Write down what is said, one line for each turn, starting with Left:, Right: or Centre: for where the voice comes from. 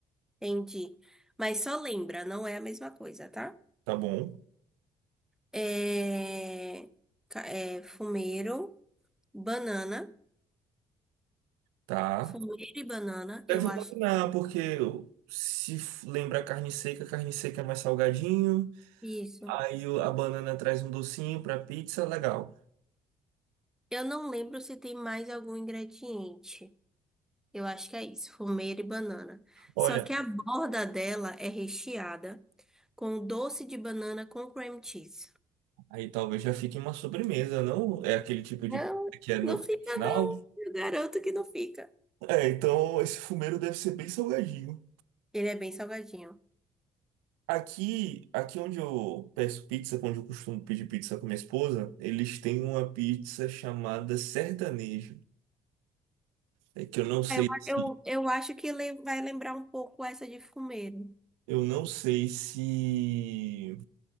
Centre: entendi. Mas só lembra, não é a mesma coisa, tá?
Right: Tá bom?
Centre: É, ca- é fumeiro, banana.
Right: Tá.
Centre: Fumeiro e banana,
Right: Deve
Centre: eu acho.
Right: combinar, porque se f- lembra carne seca, carne seca é mais salgadinho.
Centre: que Isso.
Right: Aí o- a banana traz um docinho pra pizza, legal.
Centre: Eu não lembro se tem mais algum ingrediente. Eu acho que é isso, fumeira e banana.
Right: Olha,
Centre: Só que a borda dela é recheada com doce de banana com cream cheese.
Right: aí talvez já fique uma sobremesa, não? É aquele tipo de
Centre: Não,
Right: pizza que é no
Centre: não
Right: original.
Centre: fica não. Eu garanto que não fica.
Right: É, então esse fumeiro deve ser bem salgadinho.
Centre: Ele é bem salgadinho.
Right: Aqui, aqui onde eu peço pizza, onde eu costumo pedir pizza com minha esposa, eles têm uma pizza chamada sertanejo. É que eu não sei
Centre: Eu,
Right: se,
Centre: eu, eu acho que ele vai lembrar um pouco essa de fumeira.
Right: eu não sei se